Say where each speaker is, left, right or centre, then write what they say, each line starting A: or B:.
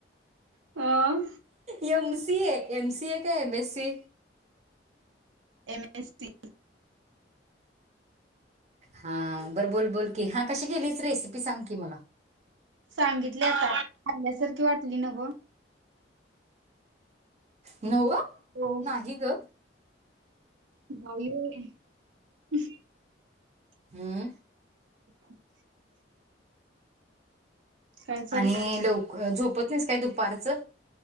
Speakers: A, on the right; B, on the right.
A: आ..
B: M C A M C A का एम एससी
A: एमएससी
B: हा बरं बोल बोल की, हा कशी केलीस? रेसिपी सांग की मला.
A: सांगितल्या आता खाल्यासारखी वाटली नव्हं
B: नव्हं
A: हो
B: नाही गं
A: <unintelligible>
B: हम्म
A: <inaudible> काय चाललंय
B: आणि लव--झोपत <unintelligible> दुपारचं